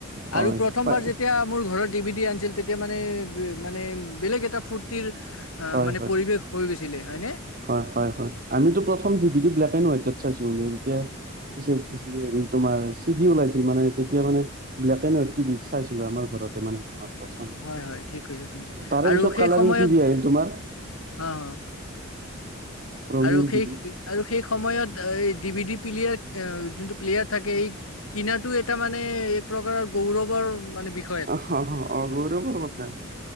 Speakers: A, on the right; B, on the left.
A: হয়
B: আৰু প্ৰথমবাৰ
A: পাই
B: যেতিয়া মোৰ ঘৰত ডিভিডি আনিছিল। তেতিয়া মানে, মানে বেলেগ এটা ফূৰ্তিৰ অ'
A: হয়
B: মানে
A: হয়
B: পৰিৱেশ হৈ গৈছিলে হয়নে?
A: হয়, হয়, হয় আমিতো প্ৰথম ডিভিডি ব্লেক এণ্ড হোৱাইটত চাইছো <unintelligible> তেতিয়া। পিছে <unintelligible> তোমাৰ চিডি ওলাইছিল মানে তেতিয়া মানে। ব্লেক এণ্ড হোৱাইত টিভিত চাইছিলো আমাৰ ঘৰতে মানে তোমাৰ। প্ৰথম
B: হয় হয় ঠিক কৈছা তুমি
A: তাৰে
B: আৰু
A: পিছত
B: সেই
A: কালাৰিং
B: সময়ত
A: টিভি আহিল। তোমাৰ
B: অ', অ'।
A: ৰঙীন
B: আৰু সেই
A: টিভি
B: আৰু সেই সময়ত এই ডিভিডি প্লিয়াৰ যোনটো প্লেয়াৰ থাকে এই কিনাতো এটা মানে এক প্ৰকাৰৰ গৌৰৱৰ মানে বিষ
A: অ', অ' গৌৰৱৰ কথা।